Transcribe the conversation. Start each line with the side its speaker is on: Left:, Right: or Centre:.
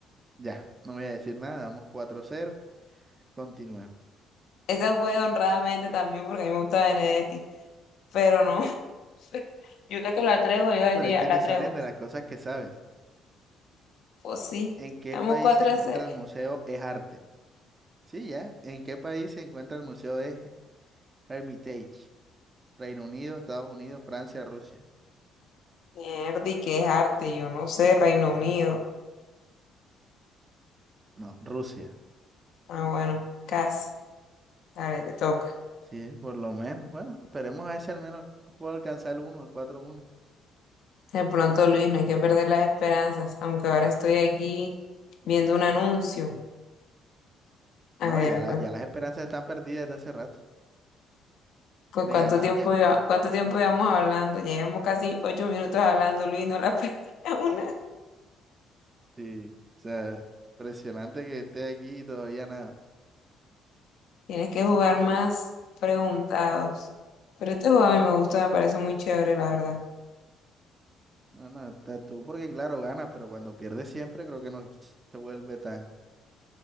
Right: Ya, no voy a decir nada, vamos cuatro cero. continúa.
Left: Esa fue honradamente también porque a mí me gusta Benedetti, pero no, <laughs> yo creo que la traigo, yo decía,
Right: Pero es que
Left: la
Right: te
Left: traigo.
Right: salen de las cosas que sabes.
Left: Pues sí,
Right: ¿En qué
Left: vamos
Right: país
Left: cuatro
Right: se encuentra
Left: a 0.
Right: el Museo Es Arte? Sí, ya. ¿En qué país se encuentra el Museo de Hermitage? Reino Unido, Estados Unidos, Francia, Rusia.
Left: Mierda, y qué es arte, yo no sé, Reino Unido.
Right: No, Rusia.
Left: Ah, bueno, casi. Dale, te toca.
Right: Sí, por lo menos. Bueno, esperemos a ver si al menos puedo alcanzar el uno, el cuatro uno.
Left: De pronto, Luis, no hay que perder las esperanzas, aunque ahora estoy aquí viendo un anuncio. A
Right: No,
Left: ver,
Right: ya, la-
Left: pues,
Right: ya las esperanzas están perdidas desde hace rato.
Left: pues,
Right: De
Left: ¿cuánto
Right: ganar
Left: tiempo
Right: ya.
Left: lleva- cuánto tiempo llevamos hablando? Ya Llevamos casi ocho minutos hablando, Luis, no la <laughs> pega una.
Right: Sí. O sea, impresionante que esté aquí y todavía nada.
Left: Tienes que jugar más preguntados. Pero este juego a mí me gusta, me parece muy chévere, la verdad.
Right: No, no, está tú porque claro, ganas, pero cuando pierdes siempre creo que no se vuelve tan